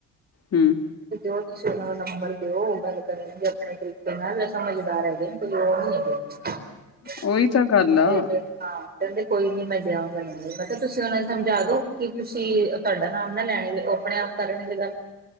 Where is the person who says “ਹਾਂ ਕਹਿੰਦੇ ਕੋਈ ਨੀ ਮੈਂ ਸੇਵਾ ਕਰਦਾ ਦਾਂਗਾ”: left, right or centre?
Right